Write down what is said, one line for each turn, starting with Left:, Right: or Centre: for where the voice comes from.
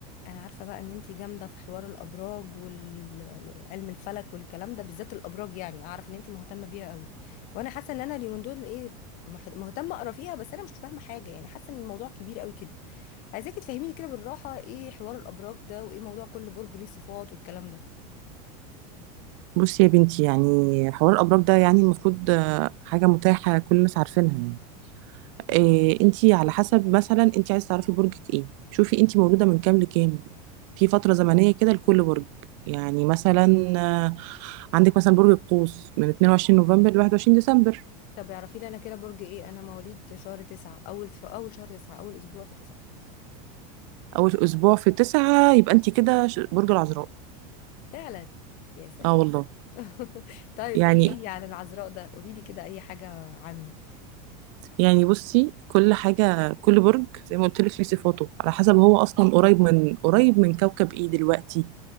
Left: انا عارفه بقى ان انتي جامده في حوار الابراج وعلم الفلك والكلام ده بالذات الابراج يعني اعرف ان انتي مهتمه بيها قوي وانا حاسه ان انا اليومين دول ايه مح- مهتمه اقرا فيها بس انا مش فاهمه حاجه يعني حاسه ان الموضوع كبير قوي كده عايزاكي تفهميني كده بالراحه ايه حوار الابراج ده وايه موضوع كل برج ليه صفات والكلام ده
Right: بصي يا بنتي يعني حوار الأبراج ده يعني المفروض آه، حاجة متاحة كل الناس عارفينها يعني
Left: مم.
Right: إيه انتي على حسب مثلا انتي عايزة تعرفي برجك ايه شوفي انتي مولودة من كام لكام في فترة زمنية كده لكل برج يعني مثلا آه، عندك مثلا برج القوس من 22 نوفمبر ل 21 ديسمبر
Left: طب اعرفي لي انا كده برج ايه انا مواليد شهر تسعة اول اول شهر تسعة اول اسبوع في تسعة
Right: أول أسبوع في تسعة يبقى انتي كده ش- برج العذراء
Left: فعلا يا سلام
Right: اه والله
Left: <laughs> طيب
Right: يعني
Left: احكي لي عن العذراء ده قولي لي كده اي حاجه عنه
Right: يعني بصي كل حاجة كل برج زي ما قلت لك ليه صفاته على حسب هو أصلا قريب من قريب من كوكب ايه دلوقتي